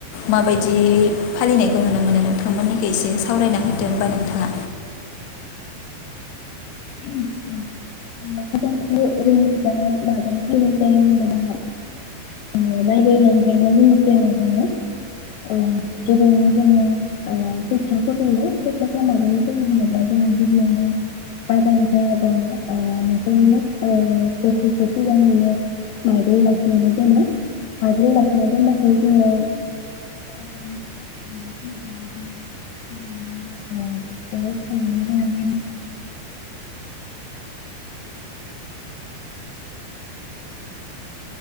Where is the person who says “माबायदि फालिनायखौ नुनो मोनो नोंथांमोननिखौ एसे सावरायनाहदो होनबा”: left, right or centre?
Left